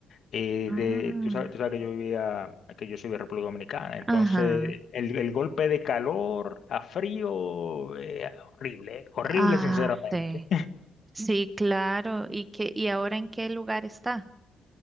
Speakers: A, on the left; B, on the right.
A: eh,
B: Ah,
A: de, tú sabes, tú sabes que yo vivía, que yo soy de República Dominicana. Entonces,
B: ajá.
A: el, el golpe de calor a frío, eh, horrible, horrible
B: Ah,
A: sinceramente.
B: sí. Sí, claro. ¿Y qué, y ahora en qué lugar está?